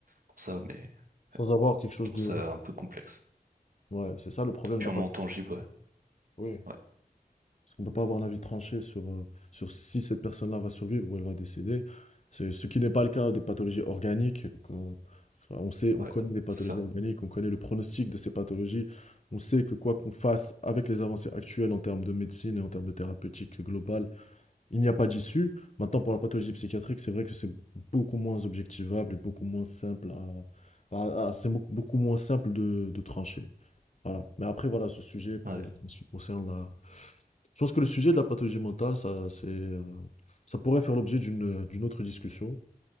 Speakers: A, on the right; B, on the left.
A: pour ça, mais
B: Sans avoir quelque chose
A: je trouve
B: de...
A: ça un peu complexe.
B: Ouais, c'est ça le problème
A: De purement
B: de la pathologie.
A: tangible, ouais.
B: Oui.
A: Ouais,
B: On ne peut pas avoir l'avis tranché sur, euh, sur si cette personne-là va survivre ou elle va décéder. C'est ce qui n'est pas le cas des pathologies organiques. qu'on- enfin, on sait, on
A: ouais,
B: connaît les pathologies
A: c'est ça.
B: organiques, on connaît le pronostic de ces pathologies. On sait que quoi qu'on fasse avec les avancées actuelles en termes de médecine et en termes de thérapeutique globale, il n'y a pas d'issue. Maintenant, pour la pathologie psychiatrique, c'est vrai que c'est beaucoup moins objectivable et beaucoup moins simple à, à- à- c'est beaucoup beaucoup moins simple de, de trancher. Voilà. Mais après, voilà, ce sujet pour
A: Ouais,
B: en ce qui concerne la je pense que le sujet de la pathologie mentale, ça, c'est, euh, ça pourrait faire l'objet d'une d'une autre discussion.